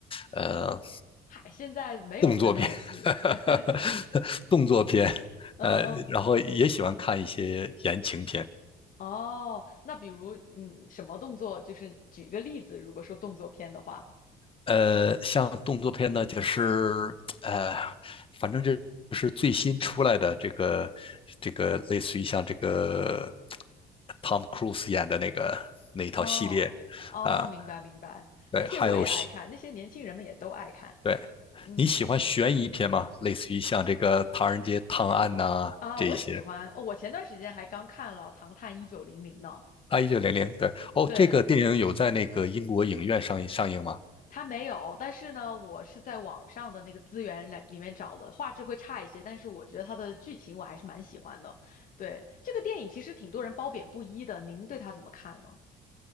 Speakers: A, on the left; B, on the left.
A: 呃，
B: 嗨，现在没有分那么细。
A: 动作片，<laughs>
B: <laughs>
A: 动作片，
B: 嗯嗯。
A: 呃，然后也喜欢看一些言情片，
B: 哦，那比如，嗯，什么动作？就是举一个例子，如果说动作片的话。
A: 呃，像动作片呢，就是呃，反正这是最新出来的这个这个类似于像这个 Tom Cruise 演的那个那一套系列。
B: 哦哦，
A: 啊，
B: 明白明白，
A: 对，
B: 那些我也爱看，
A: 还有喜
B: 那些年轻人们也都爱看。
A: 对，
B: 嗯
A: 你喜欢悬疑片吗？类似于像这个《唐人街探案》呐这一些。
B: 啊，我喜欢，我前段时间还刚看了《唐探一九零零》呢。
A: 啊，一九零零，对，哦，
B: 对，
A: 这个电影有在那个英国影院上映上映吗？
B: 他没有，但是呢，我是在网上的那个资源来里面找了，画质会差一些，但是我觉得他的剧情我还是蛮喜欢的。对，这个电影其实挺多人褒贬不一的，您对他怎么看呢？